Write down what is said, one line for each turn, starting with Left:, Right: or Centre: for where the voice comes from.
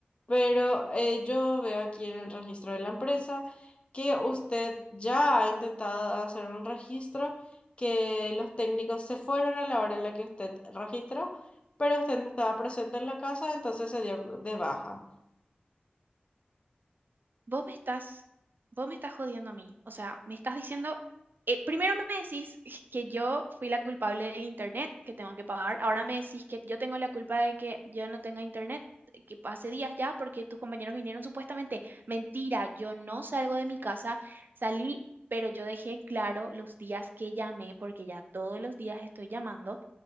Left: pero eh, yo veo aquí en el registro de la empresa que usted ya ha intentado hacer un registro, que los técnicos se fueron a la hora en la que usted registró pero usted no estaba presente en la casa, entonces se dio de baja.
Right: vos me estás, vos me estás jodiendo a mí. O sea, me estás diciendo, eh, primero me decís que yo fui la culpable del internet, que tengo que pagar. Ahora me decís que yo tengo la culpa de que yo no tenga internet, que hace días ya, porque tus compañeros vinieron supuestamente. Mentira, yo no salgo de mi casa, salí. Pero yo dejé en claro los días que llamé, porque ya todos los días estoy llamando,